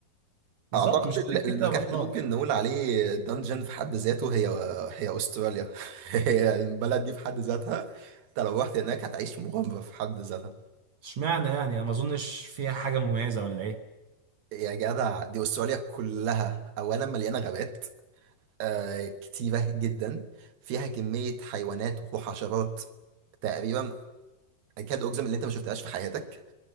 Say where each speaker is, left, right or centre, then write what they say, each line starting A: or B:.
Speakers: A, on the right (about 60°); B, on the right (about 75°).
A: بالظبط
B: اعتقد
A: مش هسيب
B: ال- المكان
A: حته رحتها
B: اللي ممكن نقول عليه دنجن في حد ذاته هي هي استراليا <laughs> هي البلد دي في حد ذاتها انت لو رحت هناك هتعيش مغامره في حد ذاتها
A: اشمعنى يعني انا ما اظنش فيها حاجه مميزه ولا ايه
B: يا جدع دي استراليا كلها اولا مليانه غابات آه، كتيرة جدا فيها كمية حيوانات وحشرات تقريبا أكاد أجزم إن أنت ما شفتهاش في حياتك